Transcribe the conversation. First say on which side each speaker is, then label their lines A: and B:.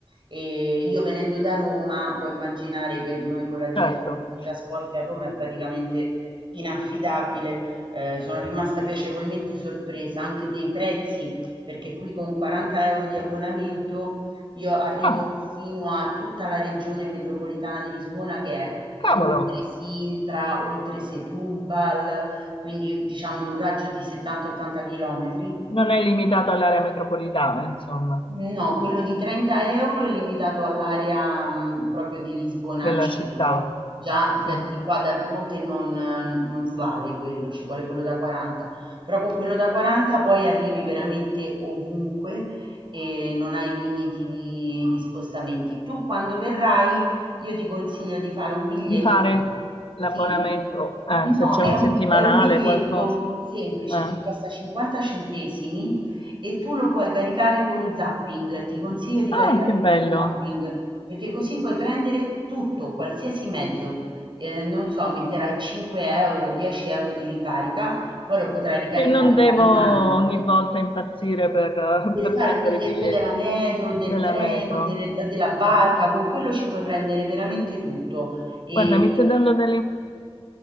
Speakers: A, on the right; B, on the left.
A: e io venendo da Roma, puoi immaginare che noi con la rete
B: certo.
A: de- di trasporti a Roma è praticamente inaffidabile, eh, sono rimasta piacevolmente sorpresa anche dei prezzi, perché qui con 40 euro di abbonamento io arrivo
B: Ah,
A: fino a tutta la regione metropolitana di Lisbona che è
B: cavolo,
A: oltre Sintra, oltre Setúbal, quindi diciamo in un raggio di 70-80 chilometri.
B: non è limitato all'area metropolitana, insomma,
A: No, quello di 30 € è limitato all'area, mhmm, proprio di Lisbona
B: della
A: centro.
B: città.
A: Già
B: Sì.
A: d di qua dal ponte non eh, non vale quello, ci vuole quello da 40. Però con quello da 40 poi arrivi veramente ovunque e non hai limiti di di spostamenti. Tu quando verrai io ti consiglio di fare un biglietto
B: Di fare l'abbonamento,
A: sì.
B: eh,
A: No,
B: se c'è
A: è
B: un
A: un
B: settimanale,
A: è un biglietto
B: qualcosa.
A: semplice
B: Eh.
A: che costa 50 centesimi e tu lo puoi caricare con zapping, ti consiglio di
B: Ah,
A: caricarlo
B: che bello.
A: con zapping, perché così puoi prendere tutto, qualsiasi mezzo. Eh, non so, metterai 5 euro, 10 euro di ricarica, poi lo potrai ricaricare,
B: E non devo
A: vale un anno.
B: ogni volta impazzire per, <laughs>
A: Per
B: per
A: fare
B: prendere
A: biglietto
B: i biglietti
A: della metro, del
B: della
A: treno,
B: metro.
A: delle- della barca, con quello ci puoi prendere veramente tutto. E,
B: Guarda, mi stai dando delle